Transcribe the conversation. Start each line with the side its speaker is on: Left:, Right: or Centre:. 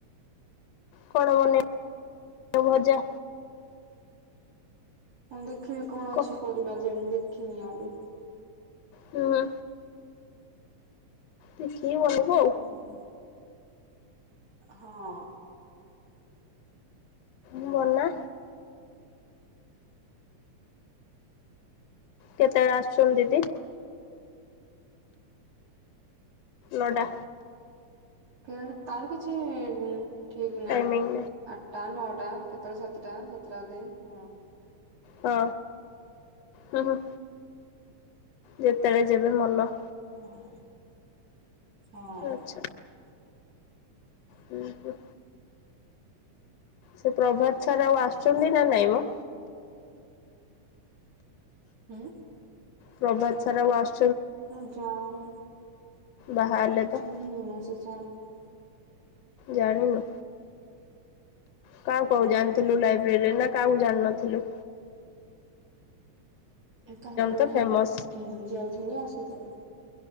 Left: କଣ ବନେଇବ? ଭଜା।
Right: ମୁଁ ଦେଖିବି କଣ
Left: କ
Right: ଅଛି ପରିବା ଯେ, ମୁଁ ଦେଖିନି ଆଉରି।
Left: ହୁଁ। ଦେଖିକି ବନେଇବୁ ଆଉ।
Right: ହଁ ହଁ।
Left: ମୁଁ ମନା। କେତେଏଳେ ଆସୁଛନ୍ତି ଦିଦି? ନ ଟା।
Right: କି ତାର କିଛି-ଇ ଠିକ୍ ନାହିଁ।
Left: ଟାଇମିଂ
Right: ଆଠଟା ନଅଟା। ଟା କେତେବେଳେ ସାତଟା ସାତଟା ଅଧେ ହଁ।
Left: ହଁ, ହୁଁ ହୁଁ। ଯେତେବେଳେ ଯେବେ ମନ।
Right: ହଁ, ହଁ।
Left: ଆଚ୍ଛା ହୁଁ ହୁଁ ସେ ପ୍ରଭାତ ସାର ଆଉ ଆସୁଛନ୍ତି ନା ନାଇଁ ମ?
Right: ହୁଁ।
Left: ପ୍ରଭାତ ସାର ଆଉ ଆସୁ
Right: ମୁଁ ଯାଣି।
Left: ବାହାହେଲେ
Right: ମୁଁ
Left: ତ
Right: ଚିନ୍ହିନି ମଁ, ସେ ସାର୍ ଙ୍କୁ।
Left: ଜାଣିନୁ। କାହାକୁ
Right: ଙ୍କୁ
Left: ଆଉ ଜାଣିଥିଲୁ
Right: ନାଇଁ
Left: ଲାଇବ୍ରେରୀରେ ନା କାହାକୁ ଜାଣିିନଥିଲୁ?
Right: କାହାକୁ
Left: ତ
Right: ନାଇଁ?
Left: ଫେମସ୍
Right: ଖାଲି ଯାଉଥିଲି ଆସୁଥିଲୁ।